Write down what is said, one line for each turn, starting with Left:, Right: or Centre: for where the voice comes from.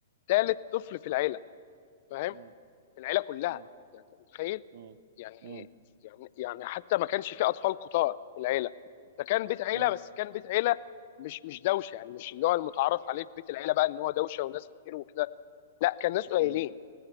Left: ثالث طفل في العيله فاهم
Right: م-
Left: في العيله كلها
Right: م-
Left: يعني أنت متخيل
Right: م-
Left: يعني
Right: م-
Left: يعني يعني حتى ما كانش فيه اطفال كتار في العيله فكان بيت عيله
Right: م- م-
Left: بس كان بيت عيله مش مش دوشه يعني مش اللي هو المتعارف عليه في بيت العيله بقى ان هو دوشه وناس كتير وكده لا كان ناس قليلين
Right: م-